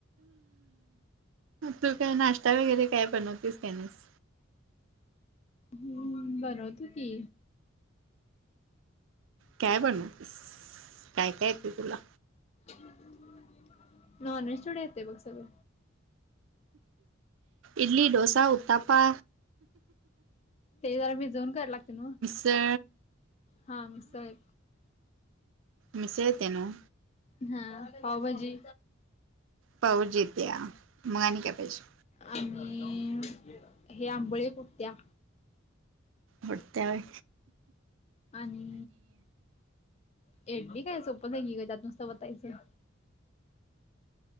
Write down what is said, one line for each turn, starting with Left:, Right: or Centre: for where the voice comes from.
Right: तू काय नाश्ता वगैरे काय बनवतेस नाईस.
Left: हम बनवते की.
Right: काय बनवतेस काय काय तू तुला.
Left: नॉन व्हेज तेवढं येते बघ सगळ.
Right: इडली डोसा उत्तपा.
Left: ते जरा भिजवून कराला लागते नाव.
Right: ते,
Left: हा मिसळ आहे.
Right: मिसळत्या नवा.
Left: हा पावभजी.
Right: पावर जित्या मगाणी काय पाहिजे.
Left: आणि हे आंबळे कोटत्या.
Right: होत्या होय.
Left: आणि. एडली काय सोपं हाय की ग त्यात नुसतं वतायचं.